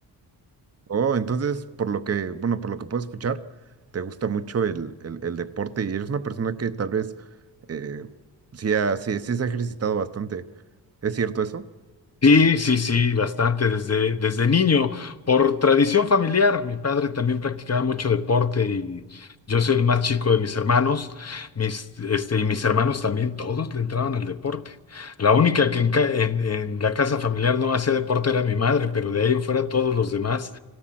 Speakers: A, on the right (about 35°); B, on the left (about 35°).
A: Oh, entonces, por lo que, bueno, por lo que puedo escuchar, te gusta mucho el, el, el deporte y eres una persona que tal vez eh, sí, ha- sí sí se ha ejercitado bastante. ¿Es cierto eso?
B: Sí, sí, sí, bastante, desde, desde niño, por tradición familiar. Mi padre también practicaba mucho deporte y yo soy el más chico de mis hermanos, mis, este, y mis hermanos también, todos le entraban al deporte. La única que en, ca- en- en la casa familiar no hacía deporte era mi madre, pero de ahí en fuera todos los demás